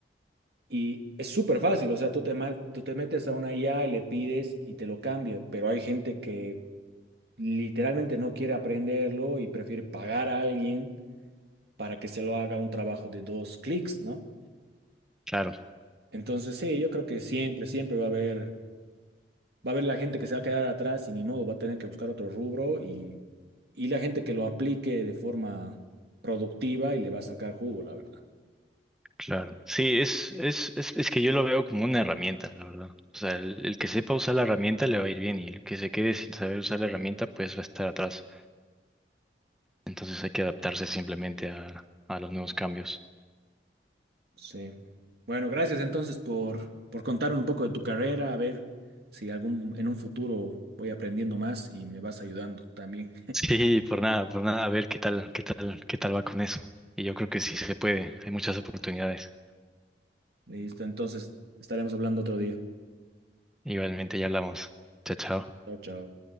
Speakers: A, on the right (about 65°); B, in the centre.
A: Y es súper fácil, o sea, tú te, ma- tú te metes a una IA y le pides y te lo cambia, pero hay gente que literalmente no quiere aprenderlo y prefiere pagar a alguien para que se lo haga un trabajo de dos clics, ¿no?
B: Claro,
A: Entonces, sí, yo creo que siempre, siempre va a haber, va a haber la gente que se va a quedar atrás y ni modo, va a tener que buscar otro rubro y, y la gente que lo aplique de forma productiva y le va a sacar jugo, la verdad.
B: claro. Sí, es, es, es, es que yo lo veo como una herramienta, la verdad. O sea, el, el que sepa usar la herramienta le va a ir bien y el que se quede sin saber usar la herramienta pues va a estar atrás. Entonces hay que adaptarse simplemente a, a los nuevos cambios.
A: Sí. Bueno, gracias entonces por, por contarme un poco de tu carrera, a ver si algún, en un futuro voy aprendiendo más y me vas ayudando también.
B: Sí, por nada, por nada, a ver qué tal, qué tal, qué tal va con eso. Y yo creo que sí se puede, hay muchas oportunidades.
A: Listo, entonces estaremos hablando otro día.
B: Igualmente ya hablamos. Chao, chao.
A: Chao, chao.